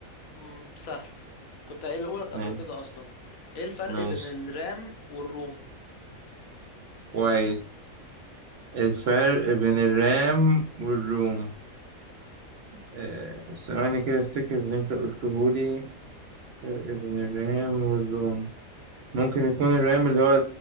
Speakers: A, on the left; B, on the right.
A: مم، سهل كنت قايله لك
B: ماشي
A: قبل كده اصلا ايه الفرق
B: ماشي
A: بين الرام والروم
B: كويس الفرق بين الرام والروم آه، ثواني كده افتكر اللي انت قلتهولي فرق بين الرام والروم ممكن يكون الرام اللي هو